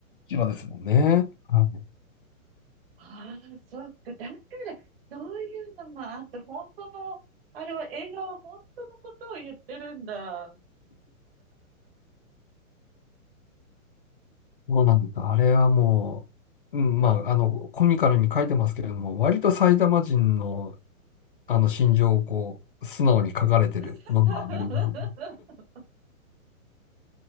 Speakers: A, on the left; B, on the right.
A: 千葉ですもんね。はい
B: ああ、そっか。だから、そういうのもあって、本当の、あれは映画は本当のことを言ってるんだ。
A: そうなんです。あれはもう、うん、まあ、あの、コミカルに書いてますけれども、割と埼玉人の、あの、心情をこう、素直に書かれてるものがあります。
B: <laughs>